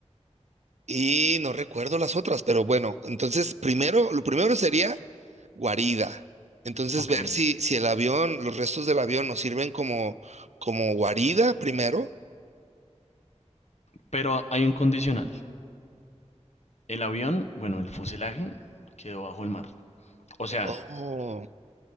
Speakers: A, on the right; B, on the left.
A: Y no recuerdo las otras, pero bueno, entonces primero, lo primero sería guarida. Entonces
B: Ok.
A: ver si, si el avión, los restos del avión nos sirven como, como guarida primero.
B: Pero hay un condicional. El avión, bueno, el fuselaje quedó bajo el mar. O sea,
A: Oh,